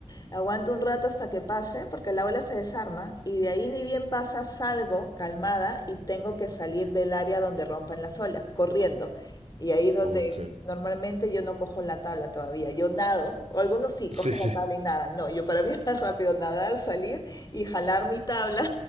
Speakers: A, on the left (about 35°); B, on the right (about 70°).
A: Aguanto un rato hasta que pase, porque la ola se desarma, y de ahí ni bien pasa, salgo calmada y tengo que salir del área donde rompan las olas, corriendo. Y ahí es donde
B: ok.
A: normalmente yo no cojo la tabla todavía, yo nado, o algunos sí cogen
B: <laughs> Sí,
A: la tabla y nadan, no, yo para mí es más rápido nadar, salir y jalar mi tabla